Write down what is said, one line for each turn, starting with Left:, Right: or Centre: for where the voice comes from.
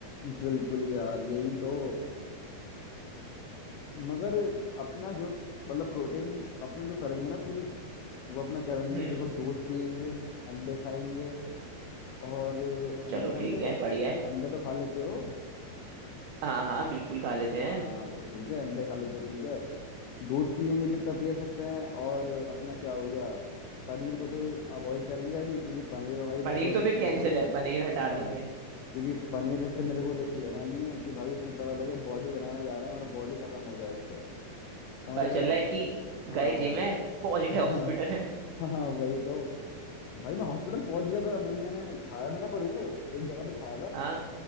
Left: बिल्कुल यार यही तो मगर अपना जो मतलब प्रोटीन अपने जो करेंगे ना पूरी वो अपना करेंगे
Right: हम्म
Left: देखो दूध पियेंगे अंडे खाएंगे और अंडे
Right: चलो
Left: खाएंगे
Right: ठीक है बढ़िया है
Left: अंडे तो खा लेते हो
Right: हाँ हाँ बिल्कुल खा लेते
Left: हाँ
Right: हैं
Left: तो ठीक है अंडे खा लेते हो ठीक है दूध पियेंगे जितना पिया सकते हैं और अपना क्या हो गया पनीर को तो अवॉइड करेंगे अभी क्योंकि पनीर में भाई मेरे
Right: पनीर
Left: को रिस्क
Right: तो फिर
Left: लेना
Right: कैंसिल
Left: नहीं
Right: है
Left: है
Right: पनीर हटा
Left: हाँ
Right: देंगे
Left: क्योंकि पनीर से मेरे को रिस्क लेना नहीं है कि भाई कहीं पता लगे बॉडी बनाने जा रहे हैं और बॉडी खत्म हो जाए उससे समझ
Right: पता
Left: रहे
Right: चल
Left: हो
Right: रहा है कि
Left: हाँ
Right: गए जिम है पहुंच गए
Left: <laughs>
Right: हॉस्पिटल
Left: हाँ
Right: है।
Left: हाँ वही तो भाई मैं हॉस्पिटल पहुंच गया था अभी मैंने खाया था ना पनीर एक जगह पे खाया था
Right: हाँ